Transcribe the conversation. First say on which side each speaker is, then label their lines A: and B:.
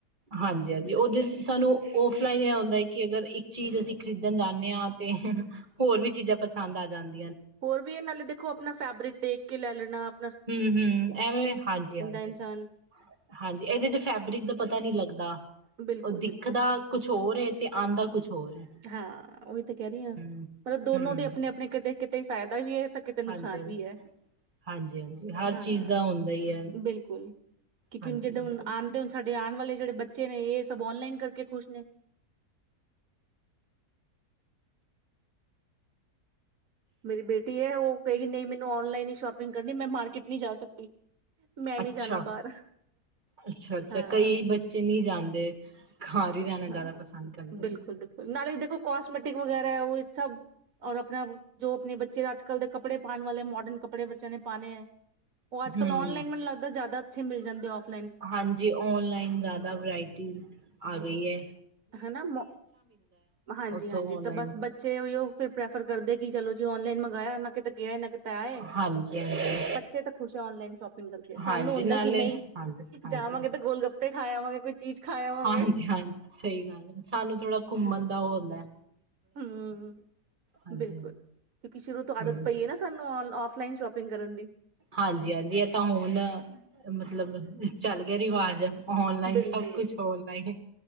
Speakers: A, on the right; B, on the right.
A: ਹਾਂਜੀ ਹਾਂਜੀ, ਓਦੇ ਸਾਨੂੰ ਫਲਾਈਨ ਆਉਂਦਾ ਕਿ ਅਗਰ ਇੱਕ ਚੀਜ਼ ਅਸੀਂ ਖਰੀਦਣ ਜਾਣੇ ਆ ਤੇ ਹੋਰ ਵੀ ਚੀਜ਼ਾਂ ਪਸੰਦ ਆ ਜਾਂਦੀ
B: ਹੋਰ ਵੀ ਇਹ ਨਾਲੇ ਦੇਖੋ ਆਪਣਾ ਫੈਬਰਿਕ ਦੇਖ ਕੇ ਲੈ ਲੈਣਾ ਆਪ
A: ਹੂੰ ਹੂੰ, ਐਵੇਂ ਹਾਂਜੀ ਹਾਂਜੀ
B: ਇਨਸਾਨ
A: ਹਾਂਜੀ ਇਹਦੇ ਚ ਫੈਬਰਿਕ ਦਾ ਪਤਾ ਨੀ ਲੱਗਦਾ ਉਹ
B: ਬਿਲਕੁਲ,
A: ਦਿਖਦਾ
B: ਬਿਲਕੁਲ
A: ਕੁਛ ਹੋਰ ਹੈ ਤੇ ਆਂਦਾ ਕੁਛ ਹੋਰ ਏ,
B: ਹਾਂ, ਉਹੀ ਤਾਂ ਕਹਿ ਰਹੀ
A: ਹੂੰ।
B: ਹਾਂ ਮਤਲਬ ਦੋਨੋ
A: ਹੂੰ,
B: ਦੇ ਆਪਣੇ ਆਪਣੇ ਕਿਤੇ ਕਿਤੇ ਫਾਇਦਾ ਵੀ ਹੈ। ਕਿਤੇ ਕਿਤੇ ਨੁਕਸਾਨ
A: ਹਾਂਜੀ-ਹਾਂਜੀ,
B: ਵੀ ਹੈ
A: ਹਾਂਜੀ-ਹਾਂਜੀ ਹਰ
B: ਹਾਂ
A: ਚੀਜ਼ ਦਾ ਹੁੰਦਾ ਈ ਐ।
B: ਬਿਲਕੁਲ ਕਿਉਂਕਿ
A: ਹਾਂਜੀ-ਹਾਂਜੀ,
B: ਜਿਦੇ ਹੁਣ ਆਂਦੇ ਹਣ ਸਾਡੇ ਤੇ ਆਣ ਵਾਲੇ ਜਿਹੜੇ ਬੱਚੇ ਨੇ ਇਹ ਸਭ ਔਨਲਾਈਨ ਕਰਕੇ ਖ਼ੁਸ਼ ਨੇ ਮੇਰੀ ਬੇਟੀ ਹੈ ਉਹ ਕਹੇਗੀ ਨਹੀਂ ਮੈਨੂੰ ਔਨ ਲਾਈਨ ਹੀ ਸ਼ੋਪਿੰਗ ਕਰਨੀ ਮੈਂ ਮਾਰਕੀਟ ਨੀ ਜਾ ਸਕਦੀ ਮੈਂ
A: ਅੱਛਾ।
B: ਨੀ ਜਾਣਾ ਬਾਹਰ
A: ਅੱਛਾ-ਅੱਛਾ,
B: ਹਾਂ।
A: ਕਈ ਬੱਚੇ <unintelligible> ਰਹਿਣਾ ਜ਼ਿਆਦਾ
B: ਹਾਂ,
A: ਪਸੰਦ ਕਰਦੇ
B: ਬਿਲਕੁਲ-ਬਿਲਕੁਲ,
A: ਨੇ,
B: ਨਾਲੇ ਕਸਮੈਟਿਕ ਵਗੈਰਾ ਹੈ ਉਹ ਸਭ ਔਰ ਆਪਣਾ ਜੋ ਆਪਣੇ ਬੱਚੇ ਅੱਜ-ਕੱਲ ਦੇ ਕੱਪੜੇ ਪਾਣ ਵਾਲੇ ਮੋਡਰਨੱ ਕਪੜੇ ਬਚੇ ਨੇ ਪਾਣੇਆ। ਉਹ ਅੱਜ-ਕੱਲ
A: ਹੂੰ।
B: ਆਨਲਾਈਨ ਮੈਨੂੰ ਲੱਗਦਾ, ਜ਼ਿਆਦਾ ਇਥੇ ਮਿਲ ਜਾਂਦੇਏ ਔਫ
A: ਹਾਂਜੀ, ਓਨਲਾਈਨ ਜ਼ਿਆਦਾ ਵਰਾਇਟੀ ਆ ਗਈ ਹੈ।
B: ਹੈਨਾ, ਹਾਂਜੀ-ਹਾਂਜੀ,
A: ਉੱਥੋਂ ਔਨਲਾਈਨ
B: ਤੇ ਬਸ ਬੱਚੇ ਓਹੀਔ ਪ੍ਰੈਫਰ ਕਰਦੇ ਕਿ ਚਲੋ ਜੀ ਔਨਲਾਈਨ ਮੰਗਾਇਆ ਨਾ ਕਿਤੇ ਗਿਆ, ਨਾ ਕਿਤੇ-
A: ਹਾਂਜੀ-ਹਾਂਜੀ।
B: ਬੱਚੇ ਤਾਂ ਖੁਸ਼ ਹੈ ਓਨਲਾਈਨ ਸ਼ੋਪਿੰਗ ਕਰਕੇ
A: ਹਾਂਜੀ
B: ਸਾਨੂੰ ਹੁੰਂਦਾ
A: ਨਾਲੇ
B: ਕਿ ਨਹੀਂ
A: ਹਾਂਜੀ ਹਾਂਜੀ
B: ਜਾਵਾਂਗੇ ਤੇ ਗੋਲ ਗੱਪ ਤੇ ਖਾਇ ਆ ਵਾਂਗੇ ਕੁਛ। ਚੀਜ ਖਾਵਾਂਗੇ।
A: ਹਾਂਜੀ ਹਾਂਜੀ ਸਹੀ ਗੱਲ ਹੈ, ਸਾਨੂੰ ਥੋੜਾ ਘੁੰਮਣ ਦਾ ਉਹ ਆੁੰਦਾ।
B: ਹੂੰ,
A: ਹਾਂਜੀ
B: ਬਿਲਕੁਲ ਕਿਉਂਕਿ ਸ਼ੁਰੂ ਤੋਂ ਆਦਤ
A: ਹਮ
B: ਪਈ ਹੈ ਨਾ ਸਾਨੂੰ ਆਫਲਾਈਨ ਸ਼ੋਪਿੰਗ ਕਰਨ ਦੀ।
A: ਹਾਂਜੀ-ਹਾਂਜੀ, ਇਹ ਤਾਂ ਹੁਣ ਮਤਲਬ ਚੱਲ ਗਿਆ ਰਿਵਾਜ਼। ਆਨਲਾਈਨ
B: ਬਿਲਕੁਲ
A: ਸਬ ਕੁਛ ਆਨਲਾਈਨ